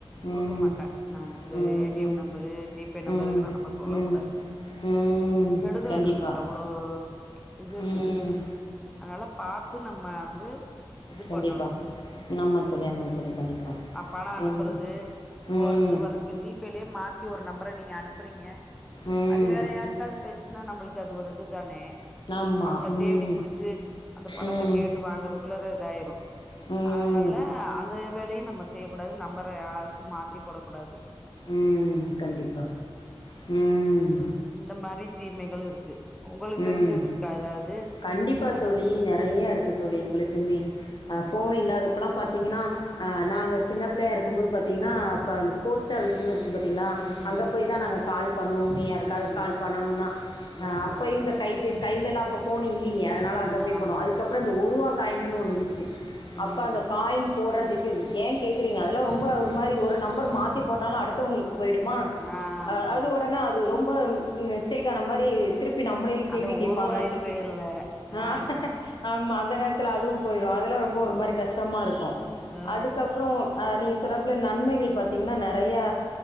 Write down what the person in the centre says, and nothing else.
கொடுக்க
மாட்ட நானு இந்த
ஏ
டி எம் நம்பரு ஜிபே நம்பரு
இதல்லா நம்ம சொல்ல
கூடாது
கெடுதல்
இருக்குது அவ்ளோ இது இருக்குது
அதனால பாத்து நம்ம வந்து இது
பண்ணணு
பணோ அனுப்புறது
போறது
வரது இப்ப ஜிபேலயே மாத்தி ஒரு நம்பர நீங்க அனுப்புறீங்க
அது வேற யாருக்காவது போய்டுச்சுன்னா நம்மளுக்கு அது ஒரு இதுதான
அவங்கள
தேடி புடிச்சு அந்த பணத்த
கேட்டு வாங்கறதுக் குள்ள இதாயிரு
அதனால அந் அந்த வேலையு நம்ம செய்யக்கூடாது நம்பர யாருக்கு மாத்தி போடக் கூடாது
இந்த மாரி தீமைகளு இருக்கு உங்களுக்கு
தெரிஞ்சது இருக்கா ஏதாவது
ம்
ம்
ம்
ம்
ம்
ம்
ஆமா
ம்
ம்
ஆமா
ஆமா
அந்த
ஒருவாயு
போயிரு வேற
ஆமா
ம்
ஆ